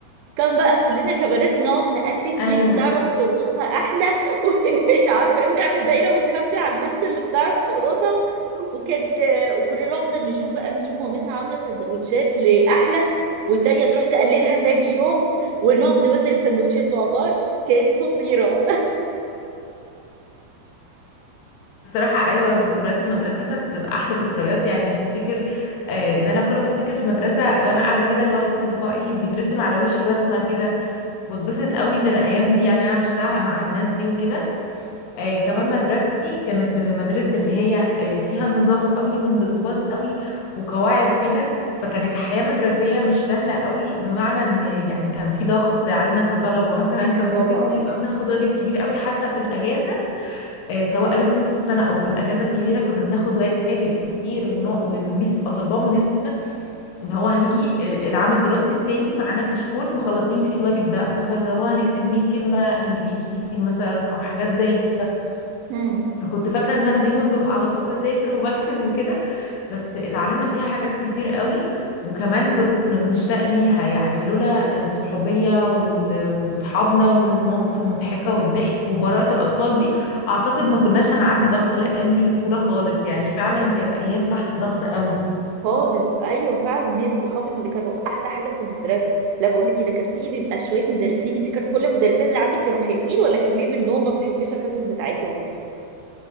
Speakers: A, on the right; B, on the left.
A: كان بقى كلنا كبنات نقعد نقلد
B: ايوه
A: مين بتعرف ترقصها احلى <laughs> ومين مش عارفه ايه ونعمل دايره ونخبي على البنت اللي بتعرف ترقصها وكان وكنا نفضل نشوف بقى مين مامتها عامله سندوتشات لاحلى والتانيه تروح تقلدها تاني يوم ونقعد نبدل السندوتشات مع بعض كانت خطيره
B: بصراحة أيوة في ذكريات المدرسة بتبقى أحلى ذكريات يعني أفتكر آه إن أنا كل ما أفتكر المدرسة وأنا قاعدة كده لوحدي تلقائي بيترسم على وشي بسمة كده بتبسط قوي إن الأيام دي يعني أنا عشتها مع الناس دي وكده آه كمان مدرستي كانت من المدارس اللي هي آه فيها نظام قوي وانضباط قوي وقواعد كده فكانت حياة مدرسية مش سهلة قوي بمعنى إن يعني كان في ضغط علينا كطلبة مثلا <laughs> كان
A: اه طبعا
B: ممكن نبقى بناخد واجب كبير قوي حتى في الأجازة آه، سواء اجازه نص السنه او الاجازه الكبيره كنا بناخد واجب كتير ون- والميس تبقى طالباه مننا ان هو هنيجي آه، العام الدراسي التاني معانا كشكول مخلصين فيه الواجب ده مثلا لو هنكتب 100 كلمه انجليزي مثلا او حاجات زي كده
A: امم
B: فكنت فاكره ان انا دايما ببقى على طول بذاكر وبكتب وكده بس اتعلمنا فيها حاجات كتير قوي وكمان كنا بنشتاق ليها يعني لولا الصحوبية وال- وصحابنا والمواقف المضحكة والضحك وبراءة الأطفال دي أعتقد ما كناش هنعدي ضغط الأيام دي بسهولة خالص يعني فعلا كانت أيام تحت ضغط قوي
A: خالص ايوه فعلا هي الصحاب اللي كانوا احلى حاجه في المدرسه لا بقول لك كده كان في بيبقى شويه مدرسين انت كانوا كل المدرسين اللي عندك كانوا حلوين ولا كان في منهم ما بتحبيش الحصص بتاعتهم